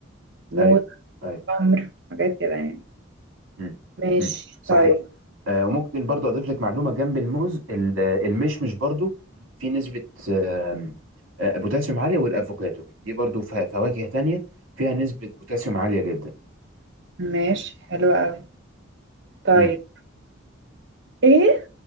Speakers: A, on the right; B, on the right.
A: موز
B: ايوه ايوه
A: عمر حاجات كده يعني
B: مم.
A: ماشي
B: مم. صحيح
A: طيب
B: آه، وممكن برضو اضيف لك معلومه جنب الموز ال- المشمش برضو في نسبه آم، آه، بوتاسيوم عاليه والافوكاتو دي برضو ف- فواكه تانية فيها نسبه بوتاسيوم عاليه جدا
A: ماشي حلو قوي طيب
B: مم.
A: ايه